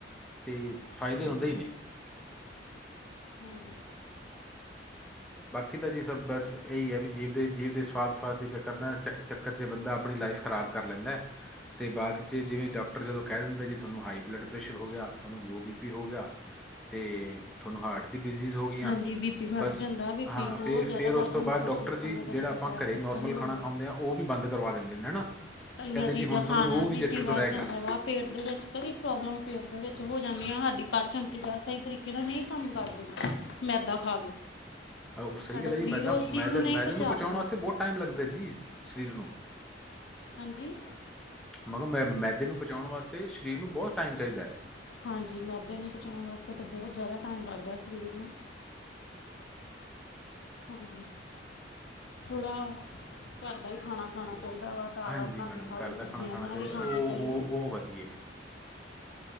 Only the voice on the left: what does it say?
ਹਾਂਜੀ
ਹਾਂਜੀ
ਹਾਂਜੀ ਬੀਪੀ ਵੱਧ
ਜਾਂਦਾ ਬੀਪੀ
ਬਹੁਤ
ਜ਼ਿਆਦਾ
ਵੱਧ
ਜਾਂਦਾ
ਕੁਛ
ਲੋਕਾਂ
ਦਾ
ਤਾਂ ਫਿਰ
ਅਟੈਕ
ਤੱਕ
ਚੱਲ ਜਾਂਦੇ
ਆ
ਤਲੀਆਂ
ਚੀਜ਼ਾਂ
ਖਾਣ ਨਾਲ
ਬੀ
ਪੀ ਵਧ
ਜਾਂਦਾ
ਵਾ ਪੇਟ ਦੇ ਵਿੱਚ ਕਈ ਪ੍ਰੋਬਲਮ ਪੇਟ ਦੇ ਵਿੱਚ ਹੋ ਜਾਂਦੀ ਹਾਂ ਸਾਡੀ ਪਾ ਚਮਕੀ ਦਾ ਸਹੀ ਤਰੀਕੇ ਨਾਲ ਨਹੀਂ ਕੰਮ ਕਰਦੀ ਮੈਦਾ ਖਾ ਕੇ
ਸਾਡਾ
ਸਰੀਰ
ਉਸ ਚੀਜ਼
ਨਹੀਂ
ਪਚਾ
ਪਾਉਂਦਾ
ਹਾਂਜੀ
ਹਾਂਜੀ ਮੈਦੇ ਨੂੰ ਪਹੁੰਚਾਉਣ ਵਾਸਤੇ ਤਾਂ ਬਹੁਤ ਜ਼ਿਆਦਾ ਟਾਈਮ ਲੱਗਦਾ ਸਰੀਰ ਨੂੰ ਹਾਂਜੀ ਥੋੜਾ ਘਰ ਦਾ ਹੀ ਖਾਣਾ -ਖਾਣਾ। ਚਾਹੀਦਾ ਵਾ ਦਾਲਾਂ
ਬਣਾ
ਕੇ ਖਾਓ
ਸਬਜ਼ੀਆਂ
ਬਣਾ
ਕੇ ਖਣੀਆਂ
ਚਾਹੀਦੀਆਂ।